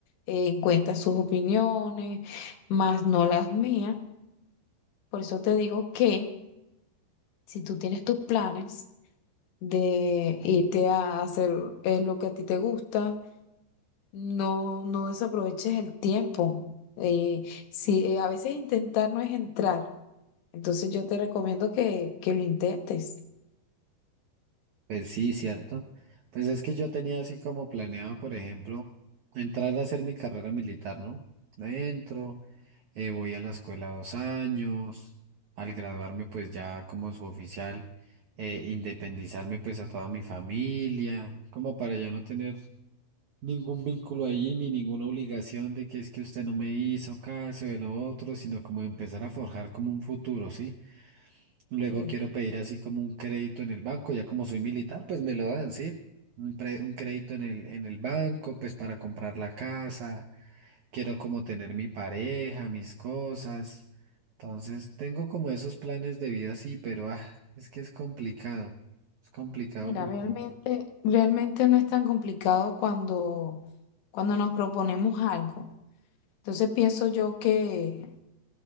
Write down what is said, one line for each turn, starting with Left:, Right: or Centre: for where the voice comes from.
Left: eh, en cuenta sus opiniones, más no las mías. Por eso te digo que si tú tienes tus planes de irte a hacer eh, lo que a ti te gusta, No, no desaproveches el tiempo. Eh, si eh, a veces intentar no es entrar, entonces yo te recomiendo que, que lo intentes.
Right: Pues sí, cierto. Pues es que yo tenía así como planeado, por ejemplo, entrar a hacer mi carrera militar, ¿no? Dentro, eh, voy a la escuela dos años, al graduarme pues ya como suboficial, eh, independizarme pues a toda mi familia, como para ya no tener ningún vínculo allí ni ninguna obligación de que es que usted no me hizo caso de lo otro, sino como empezar a forjar como un futuro, ¿sí? Luego
Left: Sí.
Right: quiero pedir así como un crédito en el banco, ya como soy militar, pues me lo dan, ¿sí? Un, pre- un crédito en el, en el banco, pues para comprar la casa, quiero como tener mi pareja, mis cosas. Entonces, tengo como esos planes de vida, sí, pero ah, es que es complicado. Es complicado
Left: Mira,
Right: porque...
Left: realmente, realmente no es tan complicado cuando, cuando nos proponemos algo. Entonces pienso yo que